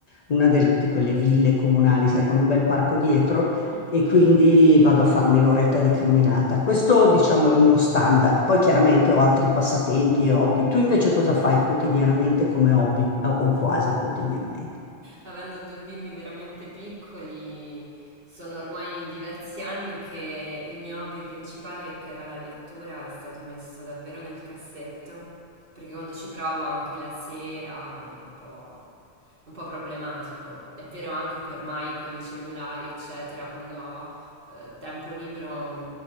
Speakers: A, on the left (about 50°); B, on the right (about 60°).
A: una del- di quelle ville comunali, sai, con un bel parco dietro.
B: mhm,
A: e
B: mhm.
A: quindi vado a farmi l'oretta di camminata. Questo, diciamo, è uno standard. Poi chiaramente ho altri passatempi e hobby. Tu invece cosa fai quotidianamente come hobby o o quasi quotidianamente?
B: Avendo due bimbi veramente piccoli, sono ormai diversi anni che il mio hobby principale, che era la lettura, è stato messo davvero nel cassetto, perché quando ci provo anche la sera, è un po', un po' problematico. È vero anche che ormai con i cellulari, eccetera, quando ho eh, tempo libero mm,